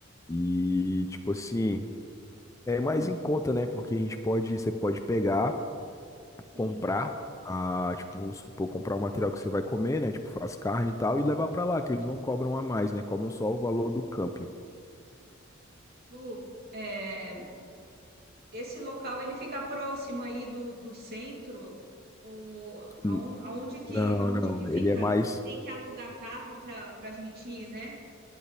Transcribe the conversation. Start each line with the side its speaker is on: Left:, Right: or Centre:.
Left: e, tipo assim, é mais em conta, né? Porque a gente pode, você pode pegar
Right: Sim.
Left: comprar, a, tipo, vamos supor, comprar o material que você vai comer, né? Tipo, as carnes e tal, e levar pra lá, que eles não cobram a mais, né? Cobram só o valor do camping.
Right: Lu, é, esse local ele fica próximo aí do, do centro ou aon-
Left: N-
Right: aonde que
Left: Não,
Right: aonde
Left: não,
Right: que fica?
Left: ele é mais.
Right: Tem que alugar carro para para a gente ir, né?